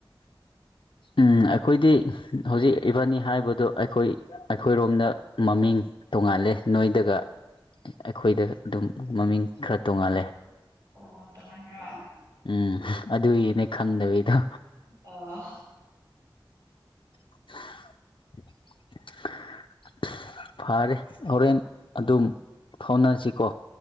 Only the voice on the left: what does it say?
ꯎꯝ ꯑꯩꯈꯣꯏꯗꯤ ꯍꯧꯖꯤꯛ ꯏꯕꯥꯅꯤ ꯍꯥꯏꯕꯗꯨ ꯑꯩꯈꯣꯏ ꯑꯩꯈꯣꯏꯔꯣꯝꯗ ꯃꯃꯤꯡ ꯇꯣꯡꯉꯥꯜꯂꯦ ꯅꯣꯏꯗꯒ ꯑꯩꯈꯣꯏꯗ ꯑꯗꯨꯝ ꯃꯃꯤꯡ ꯈꯔ ꯇꯣꯡꯉꯥꯜꯂꯦ
ꯎꯝ ꯑꯗꯨꯏꯅꯦ ꯈꯪꯗꯕꯤꯩꯗꯣ
<inaudible> ꯐꯔꯦ ꯍꯣꯔꯦꯟ ꯑꯗꯨꯝ ꯐꯥꯎꯅꯁꯤꯀꯣ